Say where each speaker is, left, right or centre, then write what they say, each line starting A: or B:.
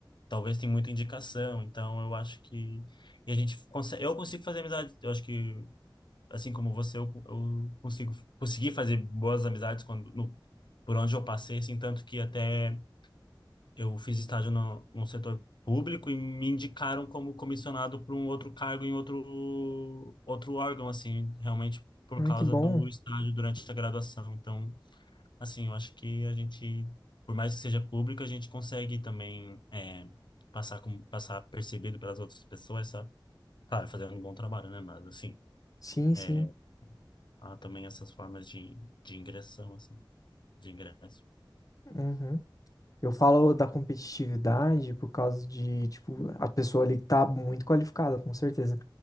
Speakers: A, on the left; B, on the left.
A: talvez tem muita indicação, então eu acho que. E a gente consegue, eu consigo fazer amizade, eu acho que, assim como você, eu, eu consigo consegui fazer boas amizades quando, no, por onde eu passei, assim, tanto que até eu fiz estágio no, no setor público e me indicaram como comissionado para um outro cargo em outro, outro órgão, assim, realmente por
B: Ah,
A: causa
B: que bom.
A: do estágio durante a graduação. Então, assim, eu acho que a gente, por mais que seja público, a gente consegue também é, passar, como, passar percebido pelas outras pessoas, sabe? Claro, fazendo um bom trabalho, né? Mas, assim,
B: Sim, sim.
A: é, há também essas formas de, de ingressão, assim, de ingresso.
B: Uhum. Eu falo da competitividade por causa de, tipo, a pessoa ali tá muito qualificada, com certeza.